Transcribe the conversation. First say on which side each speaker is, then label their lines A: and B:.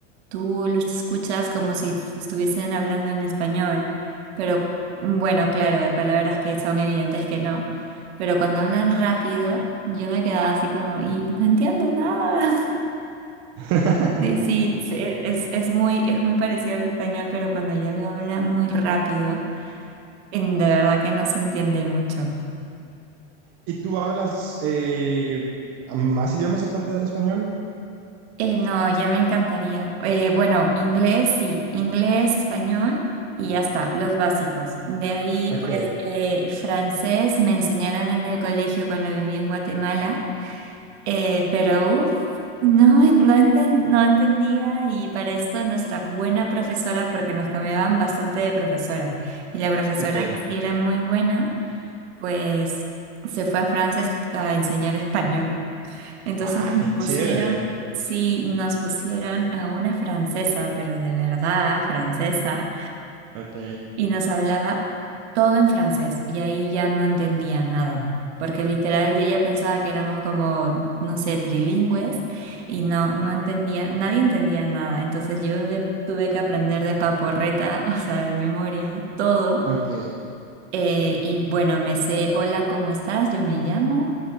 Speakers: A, on the right (about 65°); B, on the right (about 40°).
A: tú los escuchas como si f- estuviesen hablando en español. Pero mm, bueno, claro, hay palabras que son evidentes que no. Pero cuando hablan rápido, yo me quedaba así como, y no entiendo nada.
B: <laughs>
A: Sí, sí, se- es, es muy, es muy parecido al español, pero cuando ya lo habla muy rápido, en- de verdad que no se entiende mucho.
B: ¿Y tú hablas eh, más idiomas aparte del español?
A: Eh, no, ya me encantaría. Eh, bueno, inglés, sí, inglés, español y ya está, los básicos. De ahí,
B: Ok,
A: pues, eh, francés me enseñaron en el colegio cuando viví en Guatemala. Eh, pero uff, no, <laughs> no, enten- no entendía y para esto nuestra buena profesora, porque nos cambiaban bastante de profesora, y la profesora
B: ok.
A: que sí era muy buena, pues se fue a Francia est- a enseñar español. Entonces
B: Ah,
A: nos
B: qué
A: pusieron,
B: chévere.
A: sí, nos pusieron a una francesa, pero de verdad, francesa
B: Ok,
A: y nos hablaba todo en francés y ahí ya no entendía nada, porque literal ella pensaba que éramos como, no sé, trilingües y no, no entendía, nadie entendía nada, entonces yo me tuve que aprender de paporreta, <laughs> o sea, de memoria, todo.
B: ok.
A: Eh, y bueno, me sé, hola, ¿cómo estás? Yo me llamo.